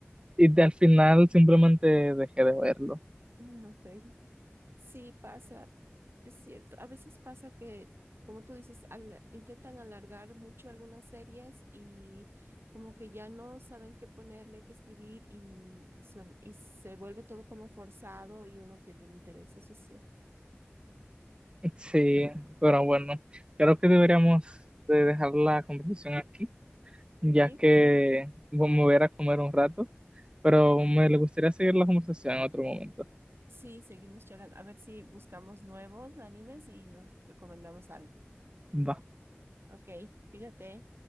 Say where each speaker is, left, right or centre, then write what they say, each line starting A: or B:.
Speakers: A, on the right (about 25°); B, on the right (about 65°).
A: y de- al final simplemente dejé de verlo.
B: Mm, ok. Sí, pasa. Es cierto, a veces pasa que, como tú dices, al- intentan alargar mucho algunas series y como que ya no saben qué ponerle, qué escribir y, y, suena- y se vuelve todo como forzado y uno pierde el interés, eso es cierto.
A: Sí, pero bueno, creo que deberíamos de dejar la conversación aquí,
B: Ok,
A: ya que
B: sí.
A: bueno, me voy a ir a comer un rato, pero me gustaría seguir la conversación en otro momento.
B: Sí, seguimos charlando. A ver si buscamos nuevos animes y nos recomendamos algo.
A: Va.
B: Ok, fíjate.